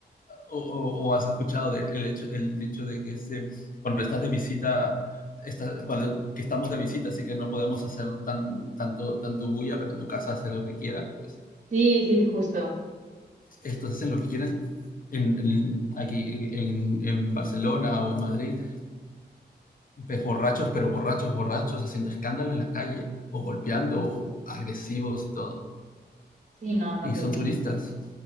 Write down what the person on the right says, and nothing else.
Sí, sí, justo.
Sí, no, no,
pues
no.